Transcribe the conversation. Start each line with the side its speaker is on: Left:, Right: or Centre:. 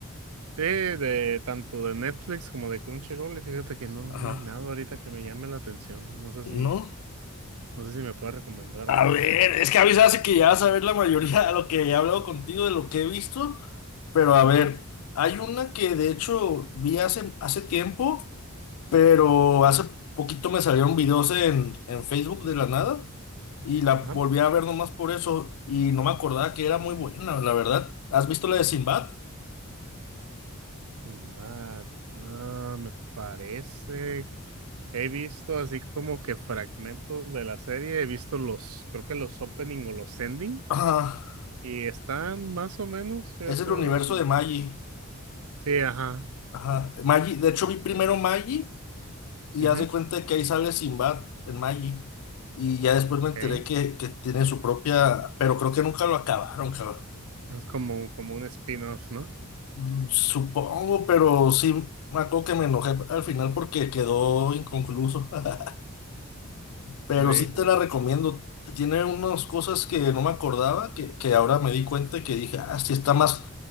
Right: sí, de tanto de Netflix como de Crunchyroll, y fíjate que no,
Left: Ajá.
Right: no hay nada ahorita que me llame la atención. No sé
Left: ¿No?
Right: si, no sé si me puedes recomendar
Left: A
Right: algo.
Left: ver, es que a mí se hace que ya vas a ver la mayoría de lo que he hablado contigo, de lo que he visto. Pero a
Right: Ajá,
Left: ver, hay una que de hecho vi hace, hace tiempo, pero hace poquito me salieron videos en, en Facebook de la nada y la
Right: ajá.
Left: volví a ver nomás por eso y no me acordaba que era muy buena, la verdad. ¿Has visto la de Sinbad?
Right: Sinbad. Ah, me parece. He visto así como que fragmentos de la serie. He visto los, creo que los opening o los ending.
Left: Ajá.
Right: Y están más o menos, fíjate.
Left: Es el
Right: mm,
Left: universo de Maggie.
Right: Sí, ajá.
Left: Ajá. Maggie, de hecho vi primero Maggie y
Right: Ujú,
Left: haz de cuenta que ahí sale Sinbad en Maggie. Y ya después
Right: Ok.
Left: me enteré que, que tiene su propia, pero creo que nunca lo acabaron, cabrón.
Right: Es como, como un spin-off, ¿no?
Left: Mm, Supongo, pero sí, me acuerdo que me enojé al final porque quedó inconcluso. <laughs> Pero
Right: Sí,
Left: sí te
Right: lo,
Left: la recomiendo. Tiene unas cosas que no me acordaba, que, que ahora me di cuenta que dije, ah, sí está más,